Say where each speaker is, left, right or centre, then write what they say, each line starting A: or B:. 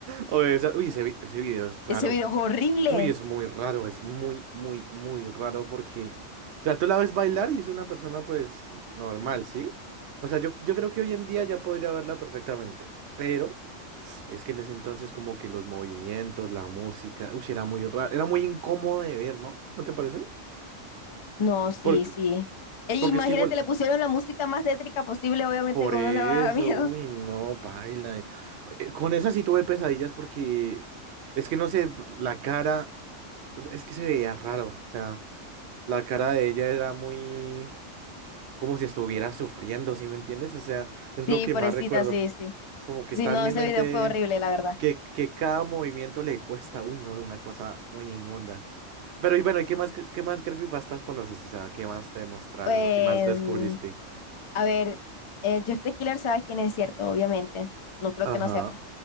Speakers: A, on the right; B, on the left.
A: Obedece. Uy, ese, vi- ese video es raro.
B: Ese video es horrible.
A: Uy, es muy raro. Es muy, muy, muy raro porque. O sea, tú la ves bailar y es una persona, pues, normal, ¿sí? O sea, yo, yo creo que hoy en día ya podría verla perfectamente. Pero. Es que en ese entonces como que los movimientos, la música, uy, era muy raro, era muy incómodo de ver, ¿no? ¿No te parece?
B: No, sí,
A: Porque,
B: sí. E imagínate,
A: porque es que igual,
B: le pusieron la música más tétrica posible, obviamente
A: por
B: que uno
A: eso,
B: le va a dar miedo.
A: uy,
B: <laughs>
A: no, paila. eh, eh, Con esa sí tuve pesadillas porque es que no sé, la cara, o sea, es que se veía raro, o sea, la cara de ella era muy como si estuviera sufriendo, ¿sí me entiendes? O sea, es
B: Sí,
A: lo que
B: pobrecita,
A: más recuerdo.
B: sí, sí.
A: Es como que
B: Sí,
A: está
B: no,
A: en mi
B: ese
A: mente
B: video fue horrible, la verdad.
A: que, que cada movimiento le cuesta, uy, no, una cosa muy inmunda. Pero y bueno, ¿y qué más, cre- qué más creepypastas conoces? O sea, ¿qué más te mostraron
B: Pues,
A: o qué más descubriste?
B: mm, A ver, eh, Jeff the Killer, sabes quién es cierto, obviamente. No creo
A: Ajá,
B: que no sepas.